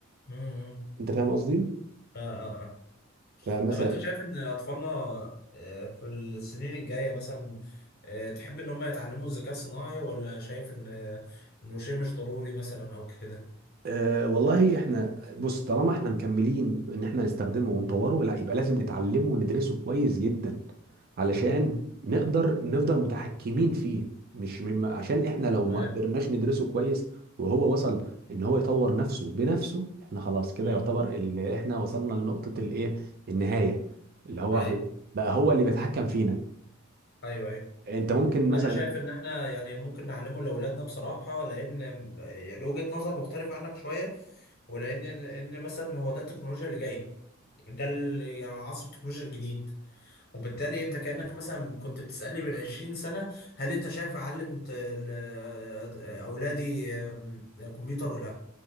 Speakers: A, on the left; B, on the right.
A: امم
B: انت فاهم قصدي؟
A: آه آه آه.
B: فمثلا
A: طب انت شايف ان اطفالنا آه، في السنين الجايه مثلا آه، تحب ان هم يتعلموا الذكاء الصناعي ولا شايف ان آه، انه شيء مش ضروري مثلا او كده
B: أه والله احنا بص طالما احنا مكملين ان احنا نستخدمه ونطوره لا يبقى لازم نتعلمه وندرسه كويس جدا علشان
A: مم.
B: نقدر نفضل متحكمين فيه مش م- عشان احنا لو ما
A: تمام
B: قدرناش ندرسه كويس وهو وصل ان هو يطور نفسه بنفسه احنا خلاص كده
A: امم
B: يعتبر اللي احنا وصلنا لنقطة الايه النهاية اللي هو
A: اي
B: هو بقى هو اللي بيتحكم فينا
A: ايوه ايوه
B: انت ممكن مثلا
A: انا شايف ان احنا يعني ممكن نعلمه لاولادنا بصراحه لان يعني وجهه نظر مختلفه عنك شويه ولان ان مثلا هو ده التكنولوجيا اللي جايه ده ال- يعني عصر التكنولوجيا الجديد وبالتالي انت كانك مثلا كنت بتسالني من 20 سنه هل انت شايف اعلم ت- ل- اولادي آم، كمبيوتر ولا